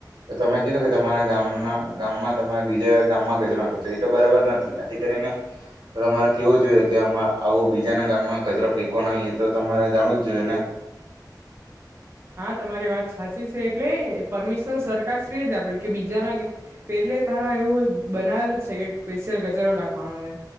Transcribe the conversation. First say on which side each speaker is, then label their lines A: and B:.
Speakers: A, on the right; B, on the right.
A: તો તમે કીધું કે તમારા ગામના ગામમાં તમામે બીજા ગામમાં કચરો નાખો છો એ તો બરાબર નથી આથી કરીને તમારે કેવું જોઈએ કે આવું બીજાના ગામમાં કચરો ફેંવ નહી એ તો તમારે. જાણવું જ જોઈએ ને.
B: હા તમારી વાત સાચી છે, એટલે પરમિશન સરકાર શ્રી જ આપે કે બીજાના પેલે ત એવું બનાવેલું જ છે, કે સોશિયલ ગચારો લખવાનો છે,